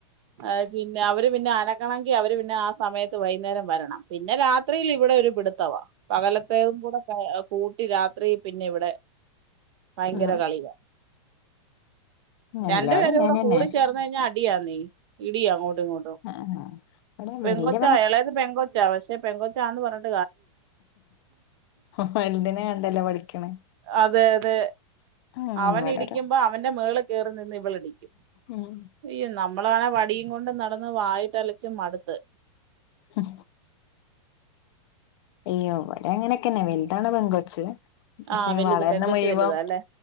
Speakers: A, on the right; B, on the left.
A: ആ <unintelligible> അവര് പിന്നെ അനങ്ങണങ്കി അവര് പിന്നെ ആ സമയത്ത് വൈന്നേരം വരണം പിന്നെ രാത്രിയിൽ ഇവിടെ ഒരു പിടുത്തവ പകലത്തെയും കൂടെ കൂട്ടി രാ ത്രീ പിന്നെ ഇവിടെ ഭയങ്കര
B: ആ
A: കളിയാ
B: എല്ലാടും
A: രണ്ടു പേരൂടെ
B: ഇങ്ങനെ തന്നെ
A: കൂടി ചേർന്ന് കഴിഞ്ഞാൽ അടിയാന്നെ ഇടിയ അങ്ങോ ങ്ങിട്ടും
B: ആ ആ ഇവിടെ
A: പെൺകൊച്ച
B: വല്യ
A: ഇളയത് പെൺകൊച്ച പക്ഷെ പെൺകൊച്ച് ആണ് പറഞ്ഞട്ട്
B: വലിതിനേ കണ്ടല്ലോ പഠിക്കണേ
A: അതെ അതെ
B: ഉം
A: അവൻ
B: ഇവിടെ
A: ഇടിക്കുമ്പോ
B: ഒരു
A: അവൻ്റ മേളിൽ കേറി നിന്ന് ഇവളിടിക്കും
B: ഉം
A: യ്യോ നമ്മ നമ്മള് വേണേ വടിയും കൊണ്ട് നടന്ന് വായിട്ടലച്ച് മടുത്ത്
B: മ് അയ്യോ അങ്ങനൊക്കന്നെ വലുതാണ് പെൺകൊച്ച് പക്ഷെ
A: ആ വലുത്
B: വളെര്നെ‌
A: പെങ്കൊച്ച്
B: മുഴ്‌വം
A: വലുതാ അല്ലെ